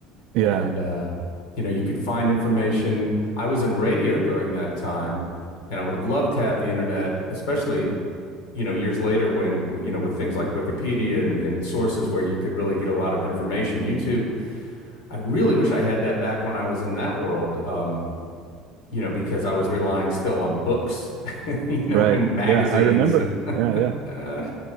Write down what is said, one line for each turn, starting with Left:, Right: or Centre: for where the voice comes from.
Right: Yeah.
Left: and uh, you know you could find information. I was in radio during that time, and I would have loved to have the internet, especially you know years later when you know with things like Wikipedia and, and sources where you could really get a lot of information. YouTube, I really wish I had that back when I was in that world. Um, you know, because I was relying still on books, <laughs> you know,
Right: Right.
Left: and magazines
Right: Yeah, I remember.
Left: and <laughs>
Right: Yeah, yeah,
Left: uh,